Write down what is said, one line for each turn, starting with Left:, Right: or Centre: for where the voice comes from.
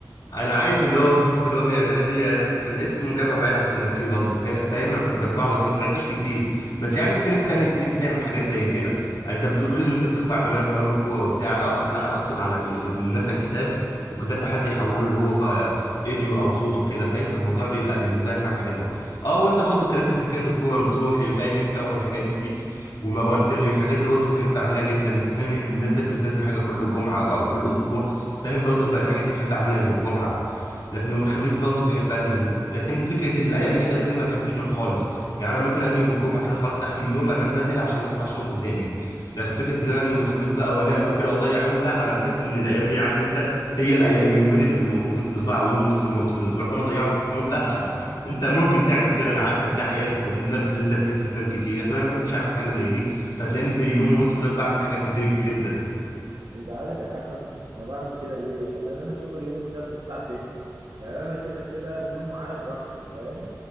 Left: انا عارف اللي هو فكره اللي هو بيعملها دي آه، كان اسمه مجمع معايا بس نسيه برضه فا- فاهم انا كنت بسمعه بس ما سمعتوش كتير بس يعني في ناس تانية كتير بتعمل حاجات زي كده يعني انت بتقول ان انت بتسمع بنا- برامج كوره وبتاع انا اقصد لا انا اقصد على بي- مثلا كتاب والكتاب ده حد يحوله اللي هو آه، فيديو او صوت وكده فاهم فالموضوع بيبقى بالنسبه لك حاجه حلوه اه وانت برضه اتكلمت في حكايه الكوره نصوحي فاهم انت والحاجات دي ومروان سري الحاجات دي برضه بحب اعملها جدا انت فاهم الناس دي بتنزل حاجه كل جمعه او كل اسبوع فاهم برضه الحاجات دي بحب اعملها يوم الجمعه لكن يوم الخميس برضه بحب انزل لكن فكره إن الايام الاجازه دي ما بحبش انام خالص يعني انا ممكن اجي يوم الجمعه كده خلاص اخر يوم انام بدري عشان اصحى الشغل تاني لكن فكره ان انا اجي يوم الخميس بقى وانام وكده واضيع يومي لا انا بحس ان الايام دي عارف انت هي الأي- اليومين اللي بيبقوا موجودين في الاسبوع او يوم ونص اللي موجود في الاسبوع فانا اضيعهم في نوم لا انت ممكن تعمل كده انا عارفك دي حياتك ودي دماغك اللي انت تحب تنام كتير لكن انا ما بحبش اعمل حاجه زي دي فتلاقيني في يوم ونص ده بعمل حاجات كتير جدا
Right: انت عارف يا حسن انا بعمل كده ليه عشان انا شغلي يوم السبت الساعه 6 يعني انا كده كده النوم معايا براحتي فاهم